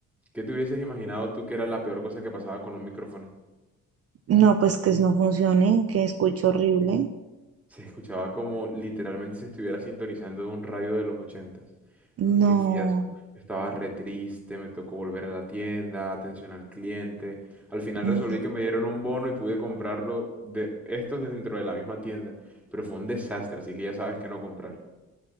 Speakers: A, in the centre; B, on the right.
A: ¿Qué te hubieses imaginado tú que era la peor cosa que pasaba con un micrófono?
B: No, pues que no funcionen, que escucho horrible.
A: Se escuchaba como literalmente se estuviera sintonizando en un radio de los 80.
B: No.
A: Qué fiasco. Estaba re triste, me tocó volver a la tienda, atención al cliente. Al final
B: mm.
A: resolví que me dieron un bono y pude comprarlo de estos de dentro de la misma tienda, pero fue un desastre, así que ya sabes que no comprar.